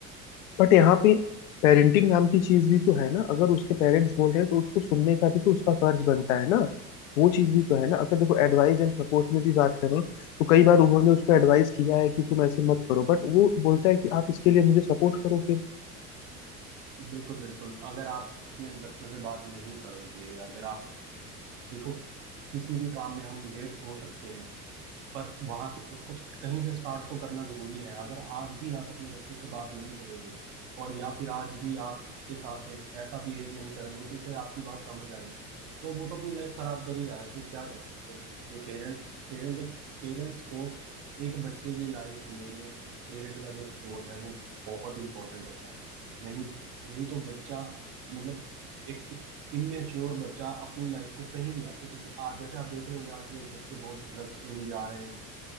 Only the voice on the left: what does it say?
बट यहाँ पे पेरेंटिंग नाम की चीज भी तो है ना अगर उसके पेरेंट्स बोल रहे हैं तो उसको सुनने का भी तो उसका फर्ज बनता है ना वो चीज भी तो है ना अगर देखो एडवाइस एंड सपोर्ट में भी बात करें तो कई बार उन्होंने उसको एडवाइस किया है कि तुम ऐसे मत करो बट वो बोलता है कि आप इसके लिए मुझे सपोर्ट करो फिर